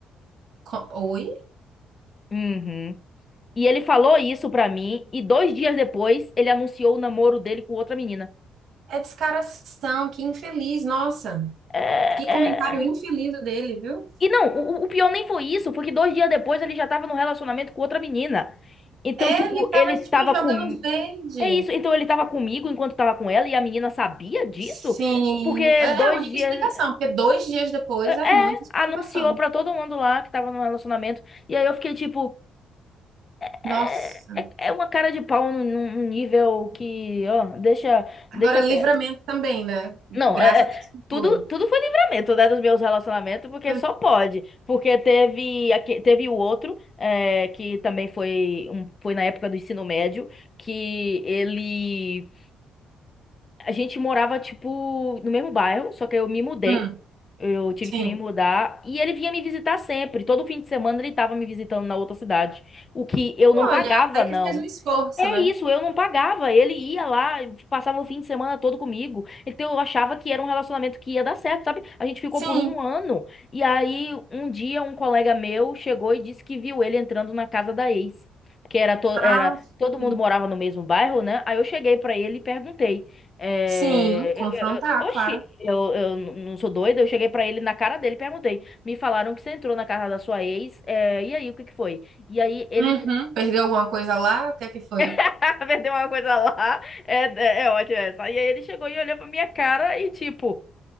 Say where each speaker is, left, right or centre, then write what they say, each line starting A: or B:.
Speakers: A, on the right (about 70°); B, on the left (about 35°).
A: Co- Oi?
B: Uhum. E ele falou isso pra mim, e dois dias depois ele anunciou o namoro dele com outra menina.
A: É descaração, que infeliz, nossa.
B: É,
A: Que comentário
B: é...
A: infeliz o dele, viu?
B: E não, o, o pior nem foi isso, porque dois dias depois ele já tava num relacionamento com outra menina. Então,
A: É,
B: tipo,
A: ele tava,
B: ele
A: tipo,
B: tava
A: jogando
B: com.
A: verde.
B: É isso. Então ele tava comigo enquanto tava com ela e a menina sabia disso?
A: Sim,
B: Porque
A: é
B: dois
A: a única
B: dias.
A: explicação, porque dois dias depois
B: É, é,
A: é muita explicação.
B: anunciou pra todo mundo lá que tava num relacionamento. E aí eu fiquei tipo. É,
A: Nossa.
B: é, é uma cara de pau num, num nível que. Ó, deixa,
A: Agora,
B: deixa
A: livramento
B: quieto.
A: também, né?
B: Não,
A: Graças
B: é. é,
A: a Deus que
B: Tudo,
A: foi.
B: tudo foi livramento, né, dos meus relacionamentos, porque
A: Foi-
B: só pode. Porque teve, aque- teve o outro, é, que também foi, um, foi na época do ensino médio, que ele A gente morava, tipo, no mesmo bairro, só que eu me mudei.
A: Hum,
B: Eu tive
A: sim.
B: que me mudar. E ele vinha me visitar sempre. Todo fim de semana ele tava me visitando na outra cidade. O que eu
A: Olha,
B: não pagava,
A: até
B: não.
A: que fez um esforço,
B: É
A: né?
B: isso, eu não pagava. Ele ia lá, passava o fim de semana todo comigo. Então eu achava que era um relacionamento que ia dar certo, sabe? A gente ficou
A: Sim.
B: por um ano. E aí, um dia, um colega meu chegou e disse que viu ele entrando na casa da ex. Porque era, to era
A: Ah,
B: todo
A: sim.
B: mundo morava no mesmo bairro, né? Aí eu cheguei pra ele e perguntei. É,
A: Sim, confrontar,
B: eu- eu- eu- oxi,
A: claro.
B: eu, eu n- não sou doida. Eu cheguei pra ele na cara dele e perguntei. Me falaram que você entrou na casa da sua ex. é, e aí, o que que foi? E aí ele.
A: Uhum. Perdeu alguma coisa lá? O que é que foi?
B: <laughs> vendeu uma coisa lá. É, é, é ótimo essa. E aí ele chegou e olhou pra minha cara e tipo,